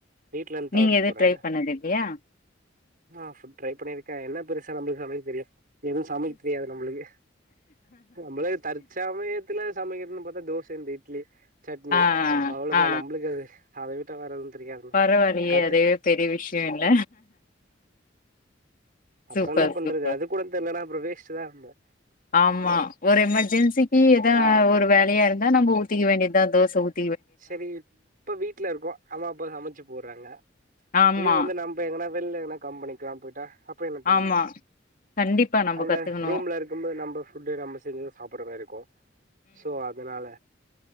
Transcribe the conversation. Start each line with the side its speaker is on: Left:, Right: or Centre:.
Right: வீட்லருந்தா
Left: நீங்க
Right: ஒர்க்
Left: எது
Right: போறே
Left: ட்ரை பண்ணது இல்லையா
Right: ஆ ஃபுட் ட்ரை பண்ணிருக்கே என்ன பெருசா நம்ளுக்கு சமைக்க தெரியா எதுவூ சமைக்க தெரியாது நம்ளுக்கு நமளுக்கு தற்சமயத்துல சமைக்கறதுனு பாத்தா தோஸ் இந்த இட்லி சட்னி
Left: ஆ
Right: அவ்ளோதா
Left: ஆ
Right: நம்மளுக்கு அது அத விட்டா வேற எதூ தெரியாது மேம்
Left: பரவாயில்லையே
Right: கத்து
Left: அதுவே பெரிய விஷயோ இல்ல
Right: அப்புறோ
Left: சூப்பர்
Right: என்ன பண்றது
Left: சூப்பர்
Right: அது கூட தெர்லனா அப்புறோ வேஸ்ட் தா நம்ம
Left: ஆமா ஒரு எமெர்ஜென்சி இ ஏதா
Right: ஆ
Left: ஒரு வேலையா இருந்தா நம்ம ஊத்திக்க வேண்டியதா தோச ஊத்
Right: செரி இப்ப வீட்ல இருக்கோ அம்மாப்பா சமச்சு போட்றாங்க
Left: ஆமா
Right: இதே வந்து நம்ப எங்கனா வெள்ல எங்கனா கம்பெனிக்லா போயிட்டா அப்ப என்ன பண்ண
Left: ஆமா
Right: முடியு
Left: கண்டிப்பா நம்ம
Right: அங்க
Left: கத்துக்கணு
Right: ரூம்லருக்கும்போது நம்ப ஃபுட்டு நம்ம செஞ்சு சாப்புட்ற மாரி இருக்கூ சோ அதனால